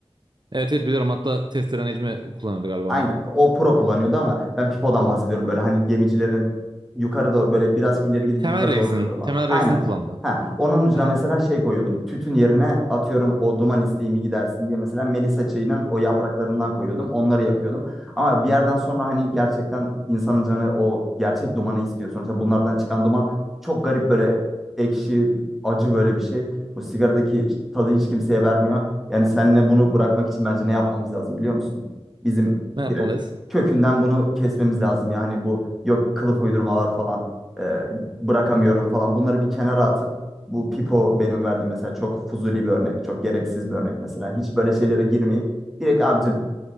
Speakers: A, on the right; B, in the centre.
A: Evet evet biliyorum. Hatta testere Necmi kullanırdı galiba
B: Aynı
A: onu.
B: O pro kullanıyordu ama ben Pipo'dan bahsediyorum. Böyle hani gemicilerin yukarı doğru böyle biraz ileri gidip
A: Temel
B: yukarı
A: Reis'in.
B: doğru kıvrılan.
A: Temel
B: Aynen.
A: Reis'in kullandı.
B: Ha, onun ucuna
A: Aha.
B: mesela şey koyuyordum. Tütün yerine atıyorum o duman isteğimi gidersin diye mesela Melisa çayının o yapraklarından koyuyordum. Onları yakıyordum. Ama bir yerden sonra hani gerçekten insanın canı o gerçek dumanı istiyor. Sonuçta bunlardan çıkan duman çok garip böyle ekşi, acı böyle bir şey. Bu sigaradaki işte tadı hiç kimseye vermiyor. Yani seninle bunu bırakmak için bence ne yapmamız lazım biliyor musun? Bizim
A: Ne yapmalıyız?
B: direkt kökünden bunu kesmemiz lazım. Yani bu yok kılıf uydurmalar falan e, bırakamıyorum falan bunları bir kenara atıp bu Pipo benim verdiğim mesela çok fuzuli bir örnek, çok gereksiz bir örnek mesela. Hiç böyle şeylere girmeyip direkt abicim